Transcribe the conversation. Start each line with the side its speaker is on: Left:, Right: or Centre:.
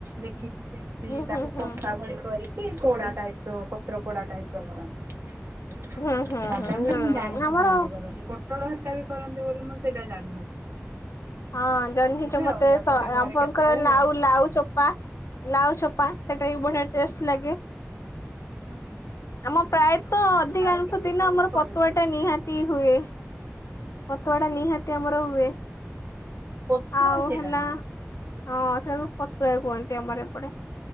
Right: ଦେ ଖିଛି ସେମିତି
Left: ହୁଁ
Right: ତାକୁ
Left: ହୁଁ ହୁଁ
Right: କଷା ଭଳି କରିକି ପୋଡା ଟାଇପର ପତ୍ର ପୋଡା ଟାଇପର କରନ୍ତି।
Left: ହୁଁ ହୁଁ
Right: ବାଦାମ।
Left: ହୁଁ
Right: ଟା
Left: ନା
Right: ମୁଁ ଜାଣିଛି
Left: ଆମର
Right: ସେମିତି କରନ୍ତି ପୋଟଳ ହରକାବି କରନ୍ତି ବୋଲି ମୁଁ ସେଇଟା ଜାଣିନଥିଲି।
Left: ହଁ ଜହ୍ନିଛ
Right: କରିବେ
Left: ମତେ
Right: ଆଉ ୟା
Left: ସ
Right: ପରେ ଘରେ
Left: ଆପଣଙ୍କର
Right: କେତେବେଳେ
Left: ଲାଉ ଲାଉ ଚୋ ପା ଲାଉ ଚୋପା ସେଟା ବି ବଢିଆ ଟେଷ୍ଟ ଲାଗେ।
Right: ହଁ। କି?
Left: ଆମ ପ୍ରାୟତଃ ଅଧିକାଂଶ
Right: ଯାହା ଆଉ କେତେ
Left: ଦିନ
Right: ସବୁ
Left: ଆମର
Right: କରୁଛ
Left: ପତୁଆଟା ନିହାତି ହୁଏ। ପତୁଆଟା
Right: ହଁ
Left: ନିହାତି
Right: କି
Left: ଆମର ହୁଏ।
Right: ପତୁଆ
Left: ଆଉ
Right: ସେଇଟା
Left: ହେଲା
Right: ନା
Left: ହଁ ସେଟାକୁ ପତୁଆ କୁହନ୍ତି ଆମର ଏପଟେ।